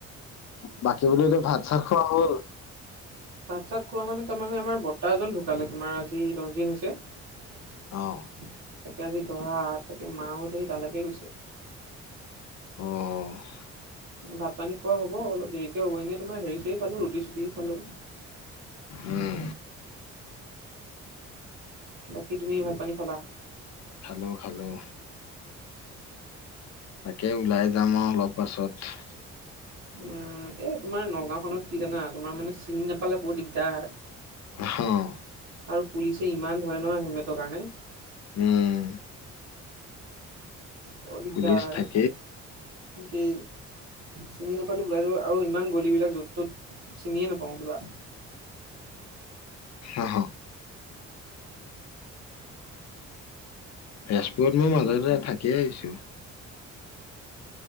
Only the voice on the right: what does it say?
ভাত চাত খোৱা মানে তাৰমানে আমাৰ বৰ্তা এজন ঢুকালে, তোমাৰ আজি দহ দিন হৈছে।
তাকে আজি দহ, তাকে মাঁ তালাকে গৈছে।
ভাত পানী খোৱা হ'ব, অলপ দেৰিকে হব এনেই তোমাৰ হেৰি চেৰি খালো, ৰুটি চুটি খালোঁ।
বাকী তুমি ভাত পানী খালা?
উম, এই তোমাৰ নগাঁওখনত কি জানা, তোমাৰ মানে চিনি নোপালে বহুত দিগদাৰ।
আৰু পুলিচে ইমান ধৰে নহয়, হেলমেটৰ কাৰণে।
বৰ দিগদাৰ।
কি, চিনি নাপালে ওলাই যাব, আৰু ইমান গলিবিলাক য'ত ত'ত। চিনিয়ে নাপাওঁ কিবা।